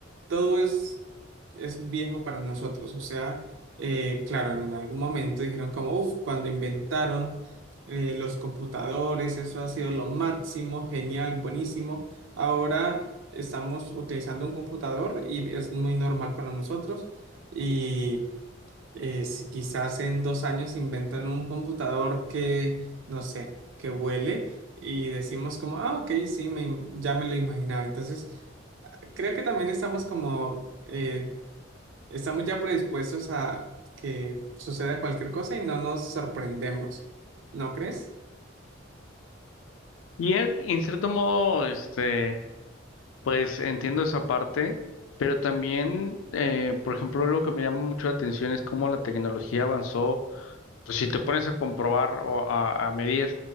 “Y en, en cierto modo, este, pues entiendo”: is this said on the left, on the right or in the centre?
Left